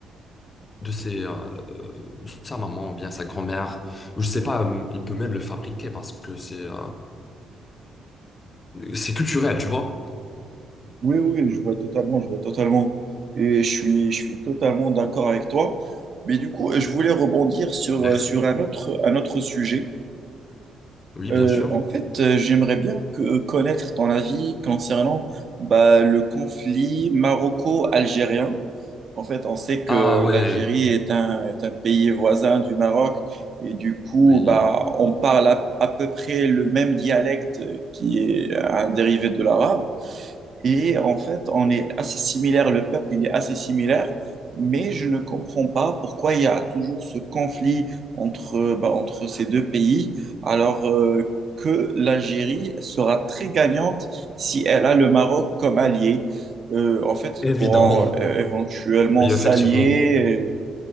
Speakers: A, on the left (about 35°); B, on the right (about 50°).
A: de ses, euh, euh, sa maman, ou bien sa grand-mère, ou je sais pas, euh, il peut même le fabriquer parce que c'est euh, c'est culturel, tu vois.
B: Oui, oui, je vois totalement, je vois totalement. Et je suis, je suis totalement d'accord avec toi. Mais du coup, je voulais rebondir sur,
A: Merci.
B: euh, sur un autre, un autre sujet.
A: Oui,
B: Euh,
A: bien sûr.
B: en fait, euh, j'aimerais bien que, euh, connaître ton avis concernant bah, le conflit maroco-algérien. En fait, on sait que
A: Ah ouais,
B: l'Algérie est un, est un pays voisin du Maroc. Et du coup,
A: oui,
B: bah, on parle à, à peu près le même dialecte qui est un dérivé de l'arabe. Et en fait, on est assez similaire, le peuple, il est assez similaire, mais je ne comprends pas pourquoi il y a toujours ce conflit entre, bah, entre ces deux pays, alors euh, que l'Algérie sera très gagnante si elle a le Maroc comme allié. Euh, en fait, ils
A: évidemment.
B: pourront euh, éventuellement
A: Oui,
B: s'allier.
A: effectivement.
B: euh,